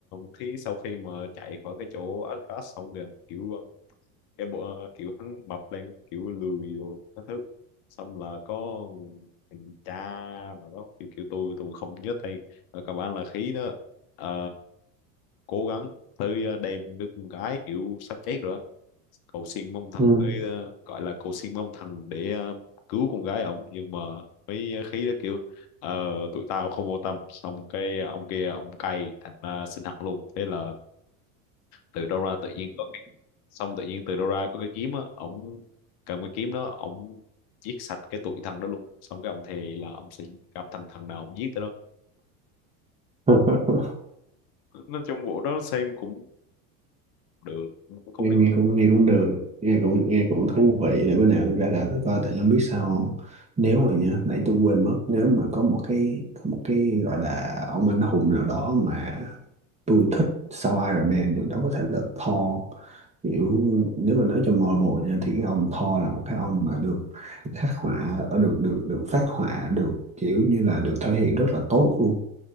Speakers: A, on the left (about 55°); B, on the right (about 15°).
A: khí sau khi mà chạy khỏi cái chỗ Alcatraz xong rồi kiểu um, cái bộ ờ, kiểu hắn mập lên kiểu lười rồi các thứ xong là có thằng cha rồi đó kiểu kiểu tôi tôi không nhớ tên rồi các bạn là khí đó Ờ, cố gắng tới ờ, đem đứa con gái kiểu sắp chết rồi á. cầu xin mong thần
B: ừ.
A: tới ờ, gọi là cầu xin mong thần để ờ, cứu con gái ổng nhưng mà mấy khí đó kiểu ờ, tụi tao không vô tâm xong cái ông kia ông cay thành ra xin hận luôn thế là từ đâu ra tự nhiên có cái xong tự nhiên từ đâu ra có cái kiếm á ổng cầm cái kiếm đó ổng giết sạch cái tụi thằng đó luôn xong cái ông thề là ông sẽ gặp thằng thằng nào ông giết tới đó
B: <laughs>
A: nói chung vụ đó xem cũng được cũng không
B: Nghe,
A: đến
B: nghe
A: nỗi.
B: cũng nghe cũng được, nghe cũng nghe cũng thú vị để bữa nào tôi ra đã tôi coi tại không biết sao không? Nếu mà nha, nãy tôi quên mất nếu mà có một cái có một cái gọi là ông anh hùng nào đó mà tôi thích sau Iron Man thì đó có thể là Thor kiểu nếu mà nói cho Marvel nha thì cái ông Thor là một cái ông mà được khắc họa ở được được được phát họa được kiểu như là được thể hiện rất là tốt luôn